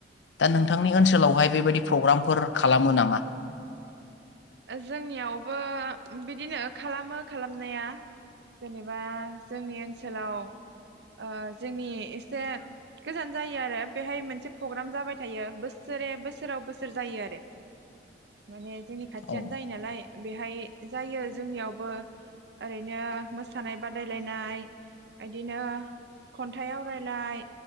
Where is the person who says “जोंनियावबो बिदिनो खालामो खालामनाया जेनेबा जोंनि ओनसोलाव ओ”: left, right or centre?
Right